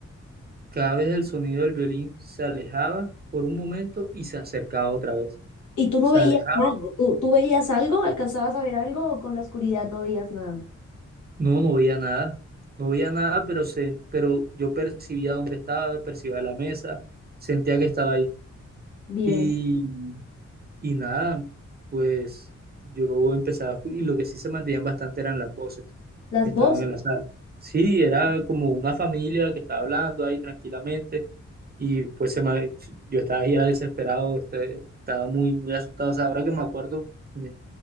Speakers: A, on the right; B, on the left.
A: Cada vez el sonido del violín se alejaba por un momento y se acercaba otra vez.
B: Y tú no
A: Se
B: veías
A: alejaba,
B: nada, tú, tú veías algo, alcanzabas a ver algo o con la oscuridad no veías nada.
A: no, no veía nada, no veía nada, pero, se, pero yo percibía dónde estaba, percibía la mesa, sentía que estaba ahí.
B: Bien.
A: Y, y nada, pues yo empezaba, a escu- y lo que sí se mantenían bastante eran las voces
B: Las
A: que estaban
B: voces,
A: en la sala. Sí, era como una familia que estaba hablando ahí tranquilamente Y pues se me- yo estaba ya desesperado, este, estaba muy, muy asustado. O sea, ahora que me acuerdo, me,